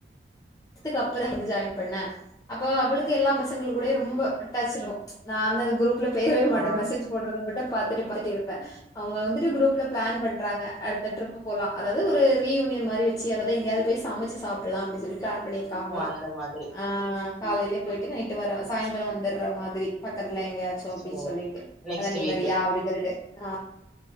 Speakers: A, on the left; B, in the centre.
A: த்துக்கு அப்பற‌ இங் வந்து ஜாய்ன் பண்ண அப்ப அவளுக்கு எல்லா பசங்கள் கூடயு ரொம்ப அட்டாச்சிருக்கு நா அந்த குரூப்ல பேசவே மாட்டே
B: ஆ
A: மெசேஜ் போட்றது மட்டு பாத்துட்டு பாத்துட்டு இருப்பே அவுங்க வந்துட்டு குரூப்ல ப்ளான் பண்றாங்க அடுத்த ட்ரிப் பு போலா அதாவ்து ஒரு ரீயூனியன் மாரி வச்சு அத வ்து எங்கயாது போய் சமச்சு சாப்புல்லா அப்டி சொல்லி பிளான் பண்ணிருக்காங்களா
B: ஓ அந்த மாதிரி
A: ஆ காலைலே போய்ட்டு நைட்டு வர சாயந்திர வந்துர்ற மாதிரி பக் கத்துல எங்கயாச்சு அப்டி
B: சோ
A: சொல்லிட்டு
B: நெக்ஸ்ட்
A: அதா நீ
B: வீக்
A: வரியா அப்டி சொல்ட்டு ஆ